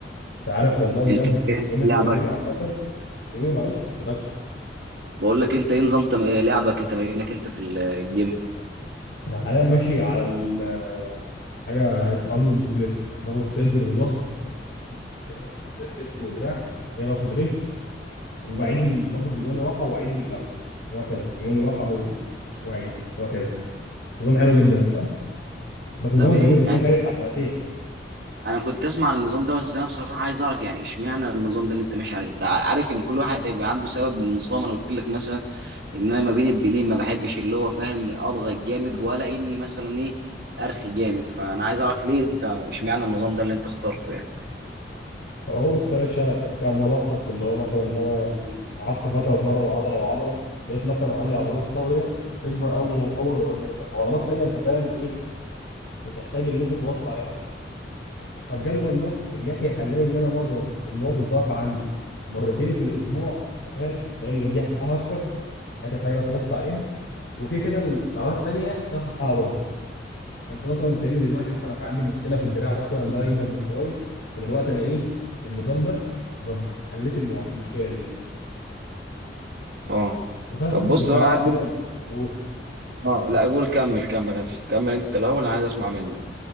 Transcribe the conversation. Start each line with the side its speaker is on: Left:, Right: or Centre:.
Left: انت عارف والله بجد
Right: انت إيه
Left: نظام
Right: لعبك
Left: التمرين عامه تقول ايه معلش صدقش
Right: بقول لك انت ايه نظام تم... إيه لعبك انت تمرينك انت في الجيم
Left: انا حاليا ماشي على ال- حاجه اس ارنولد سبليت باخد صدر وظهر كده باخد كتف ودراع بعد كده باخد رجل وبعيد ال... باخد يومين راحه واعيد من الاول وهكذا يومين راحه و... واعيد وهكذا نظام حلو جدا الصراحه بس نظامك
Right: طب ايه
Left: جميل كنت
Right: يعني
Left: ماشي عليه بتاع سنتين
Right: انا كنت اسمع عن النظام ده بس انا بصراحه عايز اعرف يعني اشمعنى النظام ده اللي انت ماشي عليه انت عارف ان كل واحد هيبقى عنده سبب من النظام انا قلت لك مثلا ان انا ما بين البنين ما بحبش اللي هو فاهم اضغط جامد ولا اني مثلا ايه ارخي جامد فانا عايز اعرف ليه انت اشمعنى النظام ده اللي انت اخترته يعني
Left: اهو بص يا باشا كملخص اللي هو مثلا ان انا قعدت فتره اتمرن عضله وعضله لقيت مثلا عندي عضلات طاغيه بتكبر اول اول ما بلمسها وعضلات تانيه انت فاهم ايه بتحتاج ان انت توصي عليها اكتر فالجدول ده من ناحيه خلاني ان انا امرن النقط الضعف عندي مرتين في الاسبوع انت فاهم انت فاهم ان دي حقها اكتر حته في حاجه لا توصي عليها وكده كده العضلات التانيه هتاخد حقها برضه فانت مثلا فاهمني دلوقتي مثلا لو كان عندي مشكله في الدراع مثلا الباي اكبر من التراي فدلوقتي انا ايه بالنظام ده طب حليت المو... المشكله دي
Right: اه
Left: انت فاهم
Right: طب
Left: قصدي
Right: بص
Left: انت
Right: انا
Left: بقى على
Right: عندي
Left: كده قول
Right: اه لا قول كمل كمل يلا. كمل انت الاول انا عايز اسمع منك